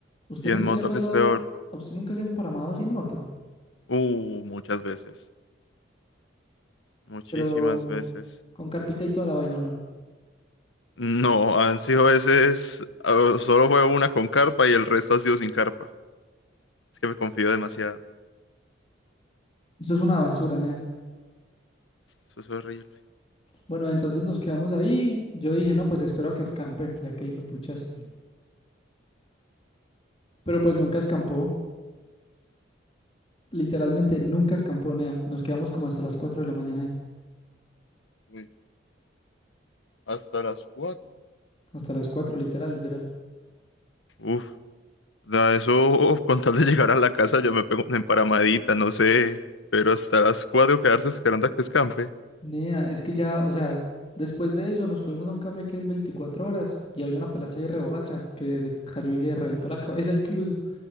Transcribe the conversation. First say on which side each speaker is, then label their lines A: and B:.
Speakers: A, on the left (about 30°); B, on the left (about 75°).
A: ¿Usted
B: Y
A: nunca
B: en moto,
A: le ha pasado,
B: ¿qué es peor?
A: a usted nunca se ha emparamado así en moto?
B: Uh, muchas veces. Muchísimas
A: Pero
B: veces.
A: con carpita y toda la vaina, ¿o no?
B: No, han sido veces. ah, solo fue una con carpa y el resto ha sido sin carpa. Es que me confío demasiado.
A: Eso es una basura, Nea.
B: Eso es horrible.
A: Bueno, entonces nos quedamos ahí. Yo dije, no, pues espero a que escampe, ya que hijo de puchas. Pero pues nunca escampó, literalmente nunca escampó, Nea. Nos quedamos como hasta las 4 de la mañana ahí.
B: Uy, hasta las cuatro
A: Hasta las 4 literal, literal.
B: Uf, nada, eso, uf, con tal de llegar a la casa, yo me pego una emparamadita, no sé. Pero hasta las 4 quedarse esperando a que escampe.
A: Nea, es que ya, o sea, después de eso nos fuimos a un café que es 24 horas y había una pelacha ahí reborracha que se cayó y se reventó la <laughs> cabeza incluso.